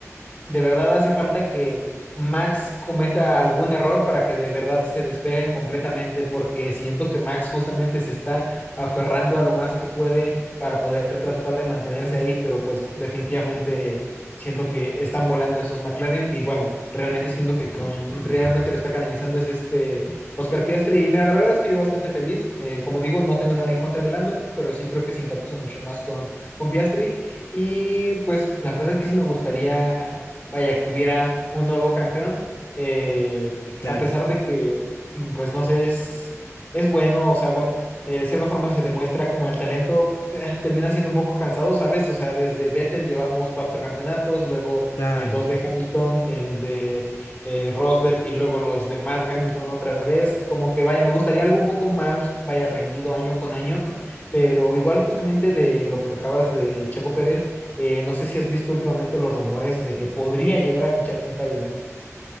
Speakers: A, on the left; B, on the left.
A: de verdad hace falta que Max cometa algún error para que de verdad se despeguen completamente, porque siento que Max justamente se está aferrando a lo más que puede para poder tratar de mantenerse ahí, pero pues definitivamente siento que están volando esos McLaren y bueno, realmente siento que con- realmente lo está canalizando es este Oscar Piastri y mira, la verdad es que yo bastante feliz, eh, como digo, no tengo nada en contra de Lando, pero sí creo que simpatizo mucho más con, con Piastri y pues la verdad es que sí me gustaría vaya, que hubiera un nuevo campeón, eh,
B: Y claro,
A: a pesar de que, mm, pues no sé, es, es bueno, o sea, bueno, eh, de cierta forma se demuestra como el talento eh, termina siendo un poco cansado, ¿sabes? O sea, desde Vettel llevamos cuatro campeonatos, luego
B: claro.
A: eh, dos de Hamilton, el de eh, Rosberg y luego los demás de Hamilton otra vez, como que vaya, me gustaría algo un poco más, vaya, reñido año con año, pero igual justamente de lo que tocabas de Checo Pérez. Eh, no sé si has visto últimamente los rumores de que podría llegar a fichar con Cadillac.